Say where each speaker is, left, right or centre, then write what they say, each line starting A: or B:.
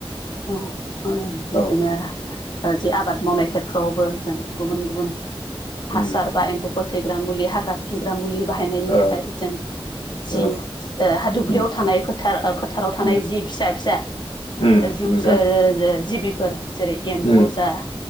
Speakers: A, on the left (about 50°); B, on the left (about 65°).
A: अ अ बिदिनो
B: औ औ
A: जि आबाद मावनाय खेथ्रआवबो जों गुबुन- गुबुन हासार
B: उम
A: बा एम्फौ फोथैग्रा मुलि हाग्रा फोथैग्रा मुलि बाहायनायनि
B: औ
A: थाखाय जों जि
B: औ
A: अ हा दुब्लियाव
B: उम
A: थानाय फोथार-फोथाराव थानाय
B: उम
A: जि फिसा-फिसा
B: उम
A: जिउस
B: नोंथां
A: अ अ जे-जिबि फोर जेरै-एम्बु
B: उम
A: जा